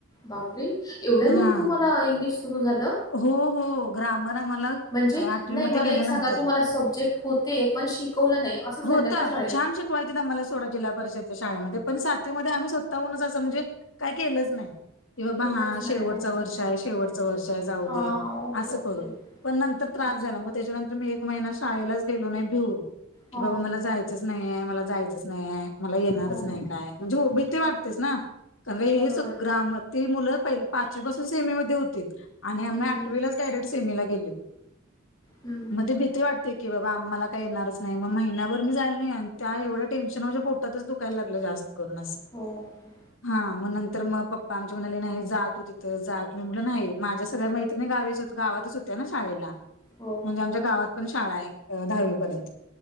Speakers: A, on the left; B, on the left.
A: बापरे एवढ्या
B: हा
A: लेट तूम्हाला इंग्लिश सुरू झालं
B: हो हो ग्रामर आम्हाला
A: म्हणजे
B: आठवीमध्ये
A: नाही मला
B: गेल्यानंतर
A: एक सांगा तूम्हाला सब्जेक्ट होते पण शिकवलं नाही असं
B: होतं
A: झालं का शाळेत
B: छान शिकवायचीत आम्हाला सोडा जिल्हा परिषदच्या शाळेमध्ये पण सातवीमध्ये आम्ही स्वतःहूनच असं म्हणजे काय केलंच नाही कि बाबा
A: केलंच
B: हा
A: नाही
B: शेवटचं
A: ओके
B: वर्ष आहे शेवटचं वर्ष आहे जाऊदेत
A: हां ओके
B: असं
A: ओके
B: करून पण नंतर त्रास
A: अच्छा
B: झाला म त्याच्यानंतर मी एक महिना शाळेलाच गेलो नाही भिऊून की
A: हां
B: बाबा मला जाय च नाही आहे मला जायचंच नाही आहे मला येणारच
A: हां
B: नाही
A: हां
B: काय म्हणजे हो भिती वाटतेचं
A: हां
B: ना, कारण हे
A: बरोबर
B: कसं
A: आहे.
B: ग्रामर- ती मुलं पहि पाचवी पासून सेमीमधे होतीत आणि आम्ही
A: हम्म
B: आठवीलाचं डायरेक्ट सेमेला गेलो.
A: हम्म
B: मधे भी- ते वाटते की बाबा, आम्हाला काही येणारच नाही, मग महिनाभर मी जायला नाही आणि त्यावढ्या टेन्शनमधे खूप- तदीचं दुखायला लागलं जास्त करून असं,
A: हो हो
B: हा मग नंतर मग- पप्पा आमच्या म्हणाले नाही जा तु तिथं जा, मी म्हटलं नाही माझ्या सगळ्या मैत्रिणी गावीचं गावातचं होत्या ना शाळेला.
A: हो.
B: मग आमच्या गावात पण शाळा आहे, अ दहावी पर्यंत.